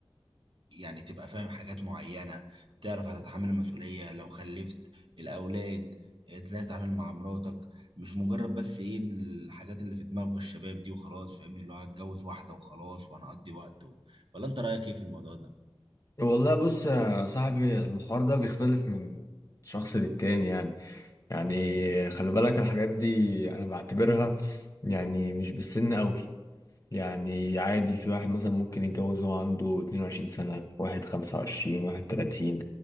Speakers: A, on the right (about 65°); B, on the left (about 35°).
A: يعني تبقى فاهم حاجات معينة تعرف هتتحمل المسؤولية لو خلفت الأولاد ازاي تتعامل مع مراتك مش مجرد بس ايه إن الحاجات اللي في دماغ الشباب دي وخلاص فاهمني اللي هو هتجوز واحدة وخلاص وهنقضي وقت ولا انت رايك ايه في الموضوع ده
B: والله بص يا صاحبي الحوار ده بيختلف من شخص للتاني يعني يعني خلي بالك الحاجات دي انا بعتبرها يعني مش بالسن قوي يعني عادي في واحد مثلا ممكن يتجوز وهو عنده 22 سنة واحد 25 واحد 30